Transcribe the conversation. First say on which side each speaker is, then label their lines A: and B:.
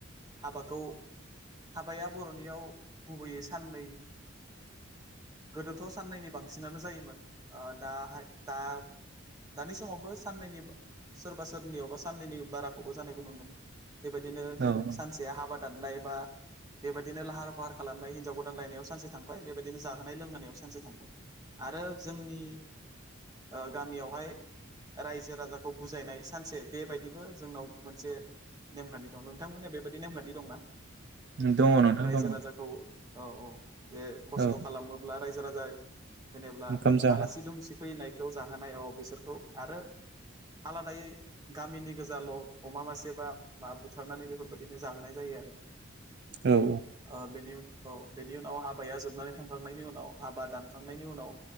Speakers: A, on the right; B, on the right.
A: हाबाखौ हाबाया बर'नियाव गुबैयै साननै गोदोथ' साननैनि बांसिनानो जायोमोन ओ दाहाय दा दानि समावबो साननैनि सोरबा सोरनियाव बा साननैनि बाराखौबो जानायखौ नुनो मोनो। बेबायदिनो
B: औ
A: सानसेया हाबा दाननाय बा बेबायदिनो लाहार फाहार खालामनाय हिनजाव गोदानलायनायाव सानसे थांबाय बेबायदिनो जाहोनाय लोंहोनायाव सानसे थांबाय। आरो जोंनि ओ गामियावहाय रायजो राजाखौ बुजायनाय सानसे बेबायदिबो जोंनाव मोनसे नेमखान्थि दं। बिथां मोनियाबो बेबायदि नेम बादि दंना
B: दङ नोंथां
A: रायजो
B: दङ
A: राजाखौ औ औ जे खस्थ'
B: औ
A: खालामोब्ला रायजो राजा जेनेब्ला
B: ओंखाम जाहोन
A: आलासि दुमसि फैनायखौ जाहोनायाव बिसोरखौ आरो आलादायै गामिनि गोजाल' अमा मासे बा माबा बुथु खारनानै बेफोरबायदिनो जाहोनाय जायो आरो।
B: औ।
A: ओ बेनि औ बेनि उनाव हाबाया जोबनानै थांखांनायनि उनाव हाबा दानखांनायनि उनाव